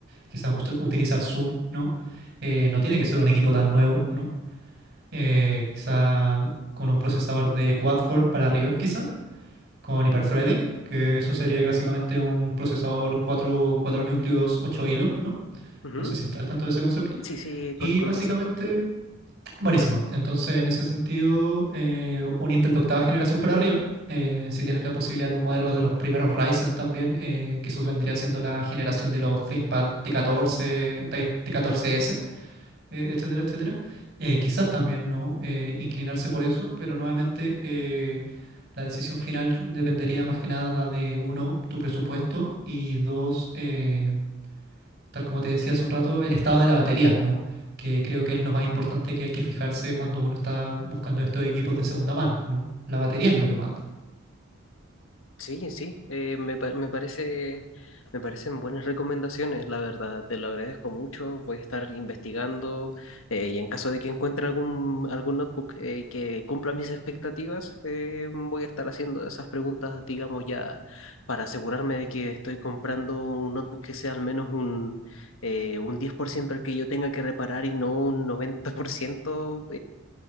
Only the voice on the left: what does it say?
Ujú.
Sí, sí,
conozco
el concepto.
Sí, sí, eh, me, pa- me parece, me parecen buenas recomendaciones, la verdad, te lo agradezco mucho, voy a estar investigando eh, y en caso de que encuentre algún, algún notebook eh, que cumpla mis expectativas, eh, voy a estar haciendo esas preguntas, digamos ya, para asegurarme de que estoy comprando un notebook que sea al menos un, eh, un 10% el que yo tenga que reparar y no un 90%